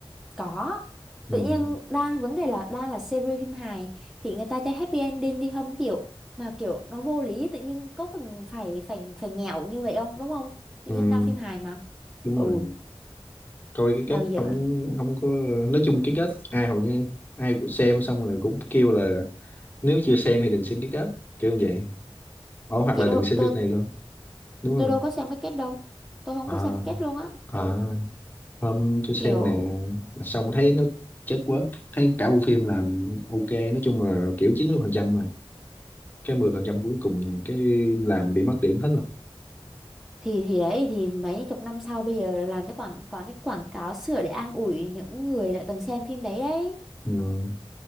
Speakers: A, in the centre; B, on the left.
A: có
B: ừ,
A: tự nhiên đang vấn đề là đang là series phim hài thì người ta cho happy ending đi không chịu mà kiểu nó vô lý tự nhiên có cần phải phải phải nghèo như vậy không đúng không tự
B: ừ,
A: nhiên đang phim hài mà
B: đúng
A: ừ
B: rồi coi cái
A: đạo
B: kết
A: diễn
B: không không có nói chung cái kết ai hầu như ai cũng xem xong rồi cũng kêu là nếu chưa xem thì đừng xem cái kết kiểu như vậy Ồ, hoặc
A: chị
B: là
A: đâu
B: đừng xem
A: tôi
B: phim này luôn đúng
A: tôi
B: không
A: đâu có xem cái kết đâu tôi không
B: à
A: có xem cái kết luôn á
B: à
A: ừ
B: hôm tôi xem
A: kiểu
B: nè xong thấy nó chất quá thấy cả bộ phim làm ok nói chung là kiểu 90 phần trăm mà cái 10 phần trăm cuối cùng cái làm bị mất điểm hết rồi
A: thì thì đấy thì mấy chục năm sau bây giờ làm cho quảng toàn cái quảng cáo sửa để an ủi những người đã từng xem phim đấy đấy
B: ừ,